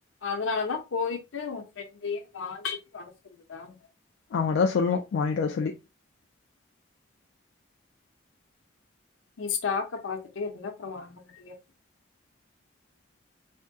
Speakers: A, on the left (about 80°); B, on the left (about 65°).
A: அதுனாலதா போயிட்டு ஃப்ரெண்டயே வாங்கிட்டு வர சொல்லுடான
B: அவங்கிட்ட தா சொல்லும் வாங்கிட் வர சொல்லி
A: நீ ஸ்டாக்க பாத்துட்டு இருந்தா அப்புற வாங்க முடியாது